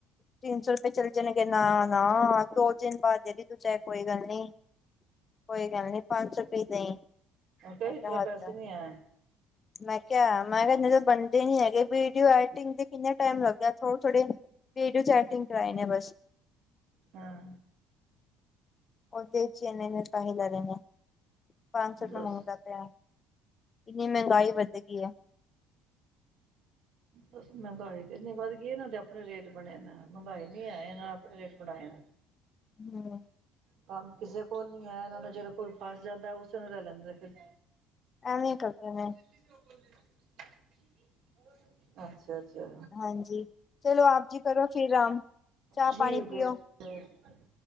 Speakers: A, on the left; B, on the right.
A: ਤਿੰਨ ਸੌ ਰੁਪਏ ਚਲੇ ਜਾਣਗੇ, ਨਾ ਨਾ ਦੋ ਦਿਨ ਬਾਅਦ ਦੇਦੀ ਤੂੰ ਚ ਕੋਈ ਗੱਲ ਨੀ ਕੋਈ ਗੱਲ ਨੀ ਪੰਜ ਸੌ ਰੁਪੀ ਦੇਈ
B: ਕ
A: ਮੈਂ ਕਿਹਾ
B: ਇਤੇ
A: ਹੱਦ
B: ਪੈਸੇ ਨੀ ਆ,
A: ਮੈਂ ਕਿਹਾ ਮੈਂ ਕਿਹਾ ਬਣਦੇ ਨੀ ਹੈਗੇ ਵੀਡੀਓ, ਐਟਿੰਗ ਦੇ ਕਿੰਨੇ ਟਾਈਮ ਲੱਗਿਆ ਥੋੜੇ-ਥੋੜੇ ਵੀਡੀਓ ਚੈਟਿੰਗ ਕਰਵਾਈ ਨੇ ਬਸ
B: ਹਾਂ,
A: ਉਹਦੇ ਚਨ ਕਹਿ ਲੈ ਰਹੇ ਨੇ ਪੰਜ ਸੌ ਰੁਪਏ
B: ਦੱਸ
A: ਮੰਗਦਾ ਪ ਇੰਨੀ ਮਹਿੰਗਾਈ ਵੱਧ ਗਈ ਹੈ।
B: ਬਸ ਮਹਿੰਗਾਈ ਤੇ ਇਨੀ ਵੱਧ ਗਈ, ਇਹਨਾਂ ਦੇ ਆਪਣੇ ਰੇਟ ਬਣੇ ਨੇ ਮਹਿੰਗਾਈ ਨਹੀਂ ਆਏ ਇਹ ਆਪਣੇ ਰੇਟ ਬਣਾਏ।
A: ਹੂੰ,
B: ਕੰਮ ਕਿਸੇ ਕੋਲ ਨੀ ਹੈ, ਇਹਨਾਂ ਨੂੰ ਜਿਹੜੇ ਕੋਲ ਫਸ ਜਾਂਦਾ ਉਸੇ ਨੂੰ ਲੈ ਲੈਂਦਾ ਫਿਰ
A: ਐਵੇਂ ਕਰਦੇ ਨੇ,
B: <unintelligible> ਅੱਛਾ-ਅੱਛਾ,
A: ਹਾਂਜੀ ਚਲੋ ਆਪ ਜੀ ਕਰੋ ਫਿਰ ਆਰਾਮ ਚਾਹ
B: ਠੀਕ
A: ਪਾਣੀ ਪੀਓ
B: ਹੈ। <unintelligible>